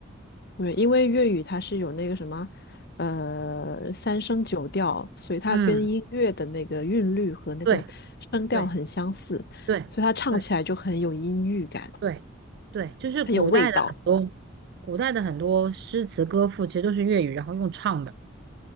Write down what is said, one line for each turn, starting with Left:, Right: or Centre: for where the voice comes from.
Left: 对，因为粤语它是有那个什么，呃，三声九调，所以它跟音乐的那个韵律和那个声调很相似，
Right: 嗯，对对对对
Left: 所以它唱起来就很有音域感，
Right: 对对，就是古代的很多
Left: 很有味道。
Right: 古代的很多诗词歌赋其实都是粤语，然后用唱的。